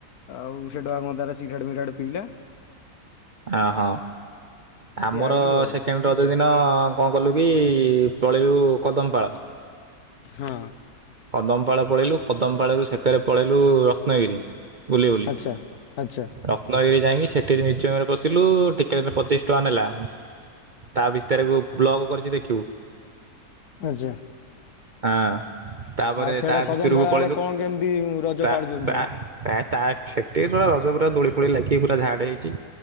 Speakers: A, on the left; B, on the right.
A: ଆଉ ସେଟା ଆମର ତାରେ ସିଗାରେଟ ପିଗାରେଟ ପିଇଲା।
B: ଆ ହଁ।
A: ଏମିତି
B: ଆମର
A: ଆଇଲୁ ଆଉ।
B: ସେକେଣ୍ଡ ରଜରେ ଦିନ କଣ କଲୁ କି ପଳେଇଲୁ କଦମପାଳ।
A: ହଁ।
B: କଦମପାଳ ପଳେଇଲୁ। କଦମପାଳରୁ ସେକାରେ ପଳେଇଲୁ ରତ୍ନଗିରି। ବୁଲି ବୁଲି
A: ଆଚ୍ଛା ଆଚ୍ଛା
B: ରତ୍ନଗିରି ଯାଇଁକି ସେଠିରେ ମ୍ୟୁଜିୟମରେ ପଶିଲୁ ଟିକେଟ୍ ପଚିଶ ଟଙ୍କା ନେଲା। ତା ଭିତରେକୁ ବ୍ଲଗ କରିଛି ଦେଖିବୁ।
A: ଆଚ୍ଛା
B: ହାଁ। ତାପରେ
A: ଆଉ ସିଆଡ଼େ
B: ତା
A: କଦମ
B: ଭିତରକୁ
A: ପାଳ
B: ପଳେଇଲୁ।
A: ଆଡ଼େ କଣ କେମିତି ରଜ
B: ତା
A: ପାଳୁଛନ୍ତି
B: ତା
A: ସିଆଡ଼େ
B: ଏ ତା ସେଟି କଣ ପୁରା ଦୋଳି ଫୋଳି ଲାଖିକି ପୁରା ଝାଡ ହେଇଚି।